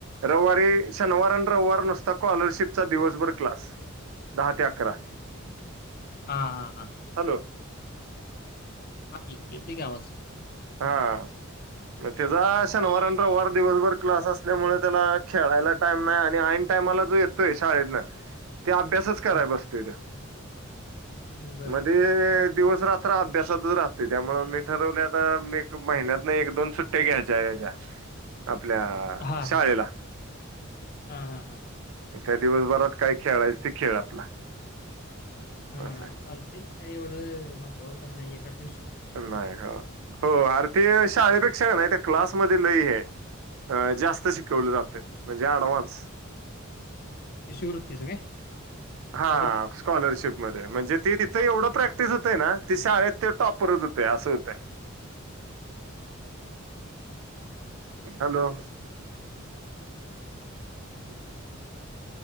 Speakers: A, on the right; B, on the left.
A: रविवारी शनिवार आणि रविवार नुसता स्कॉलरशिपचा दिवसभर क्लास. दहा ते अकरा.
B: हा हां हां!
A: हॅलो.
B: हा की येतो कि आवाज. -
A: हा
B: <inaudible>
A: त्याचा शनिवार आणि रविवार दिवसभर क्लास असल्यामुळे त्याला खेळायला टाईम नाय आणि ऐन टाईमाला जो येतोय शाळेतन ते अभ्यासच कराया
B: हा
A: बसतोय त्या
B: बर
A: मध्ये दिवस रात्र अभ्यासातच राहते त्यामुळे मी ठरवल्यात आ मी एक महिन्यात न. एक दोन सुट्ट्या घ्यायच्या याच्या आपल्या अ
B: हा हा
A: शाळेला.
B: हा हा हां!
A: त्या दिवसभरात काय खेळायच ते खेळ आपला
B: हा
A: असं
B: चालतंय की काय एवढं मागावर पण नाय एकात.
A: नाही हो हो आर ते शाळेपेक्षा का नाही त्या क्लासमध्ये लई हे है. अ जास्त शिकवलं जाते म्हणजे ॲडवान्स.
B: शिष्यवृत्ती च काय. स्कॉलरशिप
A: हा स्कॉलरशिपमध्ये म्हणजे ते तिथे एवढं प्रॅक्टिस होते ना ती शाळेत ते टॉप परत होते असं होतय. हॅलो. <inaudible>